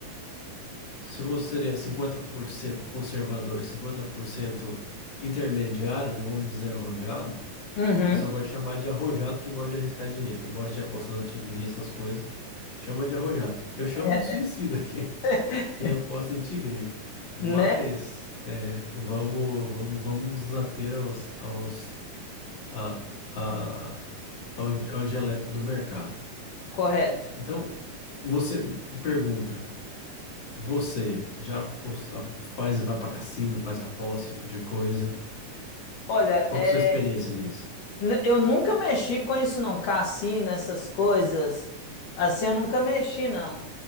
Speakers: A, on the left; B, on the left.
A: se você seria 50% conservador, 50% intermediário, não vamos dizer arrojado,
B: Uhum.
A: o pessoal gosta de chamar de arrojado quem gosta de arriscar dinheiro, quem gosta de apostar na tigrinha, essas coisas, chama de arrojado. Eu chamo
B: É,
A: de
B: Né?
A: suicida <laughs> quem,
B: <laughs>
A: quem aposta em tigrinho. Mas
B: Né?
A: é, vamos, vamos, vamos nos ater aos, aos a, a, ao, ao dialeto do mercado.
B: Correto.
A: Então, você pergunta, você já pos- a- faz, vai para cassino, faz aposta, esse tipo de coisa.
B: Olha,
A: Qual
B: é,
A: que é a sua experiência nisso?
B: N- Eu nunca mexi com isso, não. Cassino, essas coisas. Assim, eu nunca mexi, não.